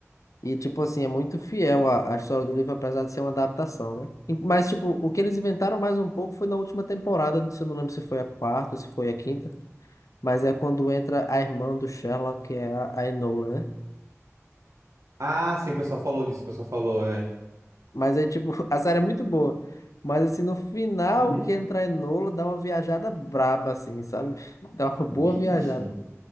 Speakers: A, on the left (about 85°); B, on the right (about 85°).
A: E, tipo assim, é muito fiel à, à história do livro, apesar de ser uma adaptação, né? E- Mas, tipo, o que eles inventaram mais um pouco foi na última temporada, se eu não lembro se foi a quarta ou se foi a quinta, mas é quando entra a irmã do Sherlock, que é a, a Enola, né?
B: Ah, sim, o pessoal falou disso, o pessoal falou, é.
A: Mas é tipo, <laughs> a série é muito boa. Mas assim, no final
B: Uhum.
A: que entra Enola, dá uma viajada braba, assim, sabe? <laughs> Dá uma boa
B: Vixe.
A: viajada.